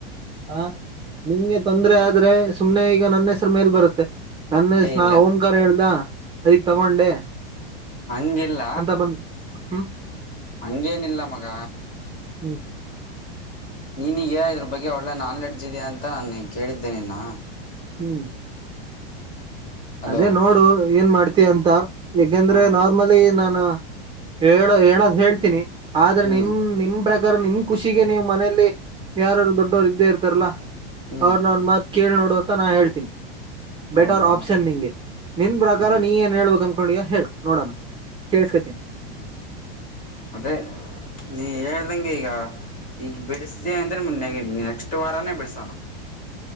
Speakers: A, on the right; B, on the left.
A: ಹಾ ನಿಂಗೆ ತೊಂದರೆ ಆದ್ರೆ ಸುಮ್ಮನೆ ಈಗ ನನ್ನೆ ಮೇಲೆ ಬರುತ್ತೆ ನನ್ನಸ್ನಾ
B: ಏ ಇಲ್ಲ
A: ಓಂಕಾರ ಹೇಳ್ದ ಅದಗ್ ತಗೊಂಡೆ
B: ಹಂಗಿಲ್ಲ
A: ಅಂತ ಬಂದು ಹ
B: ಹಂಗೇನಿಲ್ಲ ಮಗ
A: ಹ್ಮ್
B: ನೀನ್ಗ ಇದ್ರ ಬಗ್ಗೆ ಒಳ್ಳೆ ನಾಲೆಡ್ಜ್ ಿದೆ ಅಂತ ನಾನು ಕೇಳಿದ್ದೇನೆ ಇನ್ನ
A: ಹ್ಮ್
B: ಹಲೋ
A: ಅದೇ ನೋಡು ಏನ್ ಮಾಡ ಇದೆ ಅಂತ. ಏಕೆಂದ್ರೆ
B: ಹಾಂ
A: ನಾರ್ಮಲಿ ನಾ ನ ಹೇಳೋ ಹೇಳೋದ್ ಹೇಳ್ತೀನಿ. ಆದ್ರೆ
B: ಹ್ಞೂ
A: ನಿಮ್ ನಿಮ ಪ್ರ ನಿಮ್ ಖುಷಿಗೆ ನೀವು ಮನೇಲಿ ಯಾರು ದೊಡ್ಡವರು ಇದ್ದೇ ಇರ್ತಾರಲ್ಲಾ.
B: ಹ್ಞೂ
A: ಅವ್ರನ ಒಂದ್ ಮತ್ ಕೇಳಿ ನೋಡ್. ಅಂತ ನಾ ಹೇಳ್ತೀನಿ. ಬೆಟರ್
B: ಹೌದಾ
A: ಆಪ್. ಪ್ಷನ್ ನಿಂಗೆ ನಿನ್ ಪ್ರಕಾರ
B: ಹ್ಞೂ
A: ನೀ ಏನ್ ಹೇಬೇಕ <unintelligible> ಹೇಳು ನೋಡೋಣ ಕೇಳ್ಸ್ಕತೀನಿ.
B: ಅದೇ ನೀ ಹೇಳ್ದಂಗೆ ಈಗ ಈಗ ಬಿಡಿಸ್ದ ಅಂದರೆ ನೆ ನೆಕ್ಸ್ಟ್ ವಾರಾನೇ ಬಿಡಿಸೋಣ.